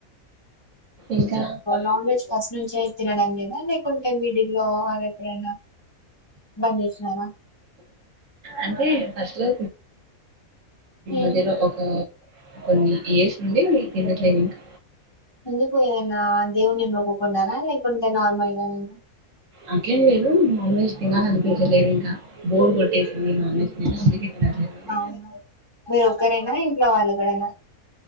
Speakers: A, on the right; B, on the left.
A: ఇంకా
B: నాన్ వెజ్ ఫస్ట్. నుంచంచి తినాడం లేదా. లేకుంటే మిడిల్ల్లో అది ఎక్కడైనా బంద్ చేసినారా.
A: అంటే ఫస్ట్ లో
B: ఉమ్.
A: అదిలో ఒక కొన్ని ఇయర్స్ నుండి మీ కింద క్లినిక్.
B: ఎందుకు ఏదన్నా. దేవుని మోక్కుకున్నారా లేకుంటే నార్మల్ గా నేను
A: అట్లేం లేదు నాన్ వెెజ్ తినాలనిపించలేదు ఇంకా బోర్డ్ కొట్టేస్తుంది నాన్ వెజ్ మీద అందుకే తినట్లేదండి
B: అవ్నా మీరు ఒక్కరైనా ఇంట్లో వాళ్ళ ఎక్కడైనా